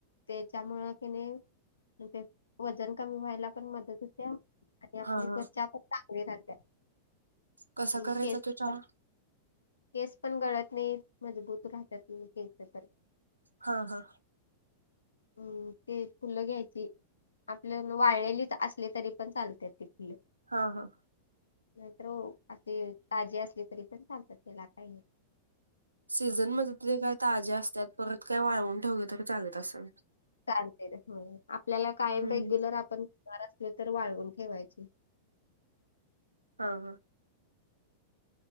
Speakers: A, on the left; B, on the right.
A: त्याच्यामुळं किने म्हण ते वजन कमी व्हायला पण मदत होत्या. आणि आपली
B: हा हा
A: तवचा पण चांगली राहतते
B: कसा
A: इन
B: करायचा
A: केस
B: तो चहा
A: पन केस पण गळत नाही मजबूत राहतत केस तर.
B: हा हा.
A: हम्म ते फुलं घ्यायचे. आपल्या वाळलेली असली तरी पण चालते ती फलं.
B: हा हा.
A: नाहीतर हो, असे ताजे असले तरी पण चालतात त्याला काही.
B: सीझन मध्ये त काय ताज्या असतात परत काय वाळवून ठेवल तरी चागत असेल.
A: चालते, आपल्याला कायम
B: हम्म
A: रेग्युलर आपण.. जा रअसले तर वाळगून ठेवायचे
B: हा हा.